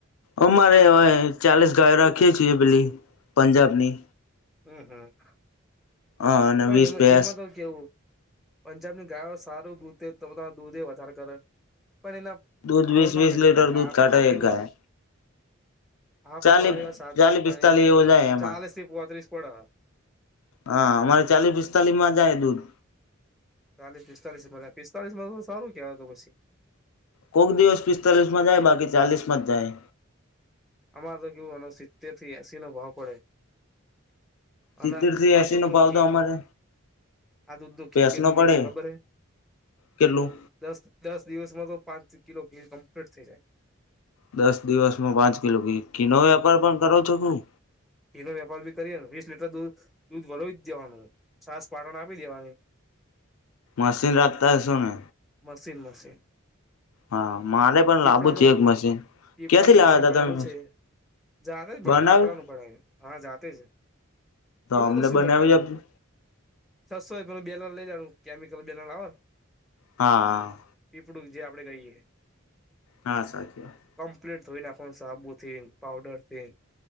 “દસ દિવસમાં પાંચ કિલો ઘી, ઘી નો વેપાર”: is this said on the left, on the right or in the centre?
Left